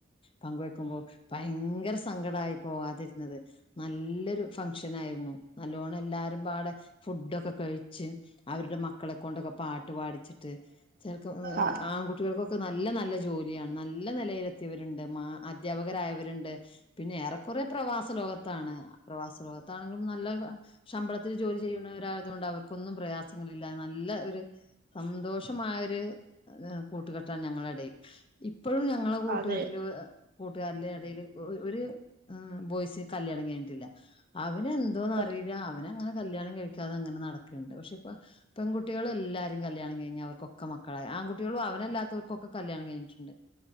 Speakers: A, on the left; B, on the right.
A: പങ്കുവെക്കുമ്പോ ഭയങ്കര സങ്കടയി പോക നല്ലൊരു ഫങ്ഷന ആയിരുന്നു നല്ലവണം എല്ലാരും പാടെ ഫുഡൊക്കെ കഴിച്ച് അവരുടെ മക്കളെ കൊണ്ടൊക്കെ പാ പാടിച്ചിട്ട് ച്
B: ആ
A: ആൺകുട്ടികൾക്കൊക്കെ നല്ല നല്ല ജോലിയാണ് നല്ല നിലയിലെത്തിയവരുണ്ട് അധ്യാപകരായവരുണ്ട് പിന്നെ ഏറെക്കറെ പ്രവാസ ലോകത്താണ് പ്രവാസ ലോകത്താണെങ്കിലും നല്ല ശമ്പളത്തിൽ ജോലി ചെയ്യുന്നവരായതുക കൊണ്ട് അവർക്കൊന്നും പ്രയാസങ്ങളില്ല നല്ല ഒരു സന്തോഷമായൊ ഒരു കൂട്ടുകെട്ടാണ് ഞങ്ങളടയിൽ ഇപ്പോഴും ഞങ്ങളെ കൂട്ടുകാരൽ
B: അതെ
A: കൂട്ടുക അല്ല ഇടയില് ഒരു ആ ബയ്സിന് കല്യാണം കഴിഞ്ഞിട്ടില്ല അവന എന്തോന്ന്
B: അതെ
A: അറിയില്ല അവന അങ്ങനെ കല്ണം കഴിക്കാതെ അങ്ങനെ നടക്കുണ്ട് പക്ഷെ ഇപ്പ പെൺകുട്ടികൾ എല്ലാരും കല്യാണം കഴിഞ്ഞാഞ് അവർക്കൊക്കെ മക്കളായി ആൺകുട്ടികളും അവനല്ലാത്തവർക്കൊക്കെ കല്യാണം കഴിഞ്ഞിട്ടുണ്ട്